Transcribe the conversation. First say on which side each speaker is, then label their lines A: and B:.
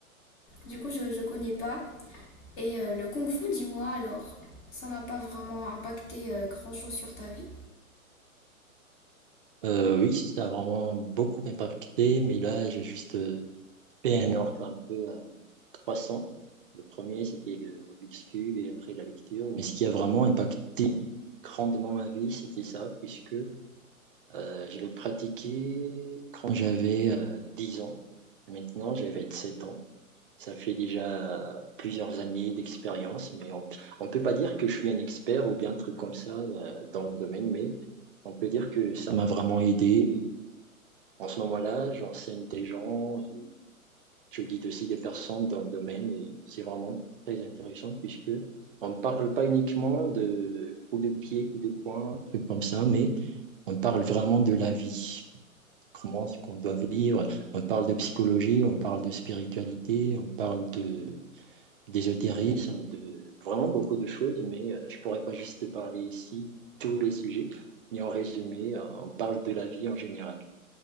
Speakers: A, on the left; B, on the right.
A: Du coup, je ne connais pas. Et euh, le kung fu, dis-moi alors, ça n'a pas vraiment impacté euh, grand-chose sur ta vie?
B: Euh, oui, ça a vraiment beaucoup impacté, mais là, j'ai juste euh, fait un ordre un peu euh, 300. Le premier, c'était le Rubik's Cube et après la lecture. Mais ce qui a vraiment impacté grandement ma vie, c'était ça, puisque euh, je l'ai pratiqué quand j'avais euh, 10 ans. Maintenant, j'avais 7 ans. Ça fait déjà plusieurs années d'expérience, mais on ne peut pas dire que je suis un expert ou bien un truc comme ça euh, dans le domaine, mais on peut dire que ça m'a vraiment aidé. Et en ce moment-là, j'enseigne des gens et je guide aussi des personnes dans le domaine et c'est vraiment très intéressant puisque on ne parle pas uniquement de coups de pied, coups de poing, trucs comme ça, mais on parle vraiment de la vie, comment est-ce qu'on doit vivre. On parle de psychologie, on parle de spiritualité, on parle de d'ésotérisme, de vraiment beaucoup de choses, mais euh, je pourrais pas juste te parler ici tous les sujets. Mais en résumé, euh, on parle de la vie en général.